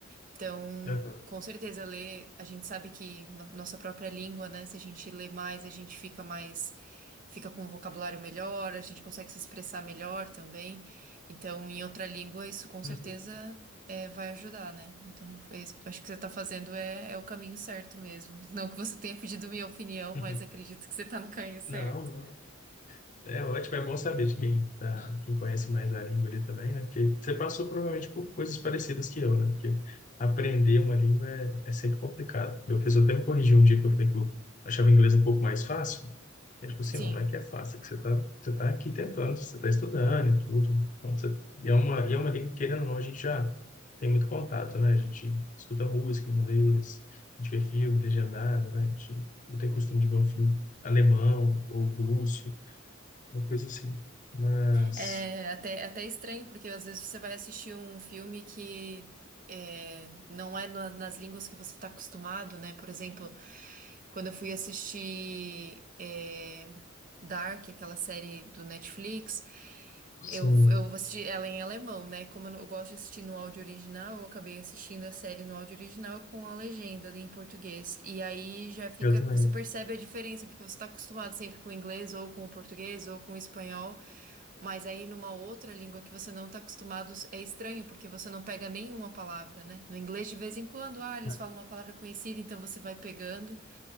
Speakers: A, on the right (about 40°); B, on the left (about 40°).
A: Então,
B: uhum,
A: com certeza, ler, a gente sabe que no- nossa própria língua, né? Se a gente lê mais, a gente fica mais, fica com um vocabulário melhor, a gente consegue se expressar melhor também. Então, em outra língua, isso com certeza
B: uhum,
A: é, vai ajudar, né? Então, foi isso. acho que você está fazendo é, é o caminho certo mesmo. Não que você tenha pedido minha opinião,
B: <laughs> uhum.
A: mas acredito que você está no caminho certo.
B: Não, não. É ótimo, é bom saber de quem, tá, quem conhece mais a língua ali também, né? Porque você passou provavelmente por coisas parecidas que eu, né? Porque aprender uma língua é, é sempre complicado. Meu professor até me corrigiu um dia que eu falei que eu achava o inglês um pouco mais fácil. É tipo assim,
A: Sim.
B: não é que é fácil, é que você tá, você tá aqui tentando, você tá estudando e tudo. Então, você, e é uma, e é uma língua que, querendo ou não, a gente já tem muito contato, né? A gente escuta música em inglês, a gente vê filme legendado, né? A gente não tem costume de ver um filme alemão ou russo, uma coisa assim. Mas,
A: É até, até estranho, porque às vezes você vai assistir um filme que é, não é na- nas línguas que você está acostumado, né? Por exemplo, quando eu fui assistir é, Dark, aquela série do Netflix. Eu,
B: sim,
A: eu assisti ela em alemão, né? Como eu, não- eu gosto de assistir no áudio original, eu acabei assistindo a série no áudio original com a legenda em português. E aí já fica.
B: eu também.
A: Você percebe a diferença, porque você tá acostumado sempre com o inglês, ou com o português, ou com o espanhol. Mas aí numa outra língua que você não tá acostumado, é estranho, porque você não pega nenhuma palavra, né? No inglês, de vez em quando, ah, eles
B: Ah,
A: falam uma palavra conhecida, então você vai pegando.